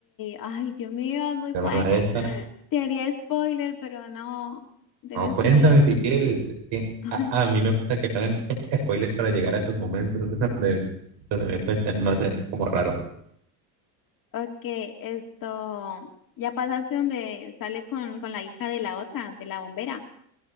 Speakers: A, on the left; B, on the right.
A: Ay, Dios mío, es muy
B: la
A: buena.
B: hermana de esta.
A: Te haría spoiler, pero no. Tienes
B: No, cuéntame
A: que vértela.
B: si quieres. es que
A: <laughs> Ay,
B: a, a mí me gusta que me hagan <laughs> spoilers para llegar a esos momentos <laughs> donde, donde me cuentan, no sé, como raro.
A: ok, esto. Ya pasaste donde sale con, con la hija de la otra, de la bombera.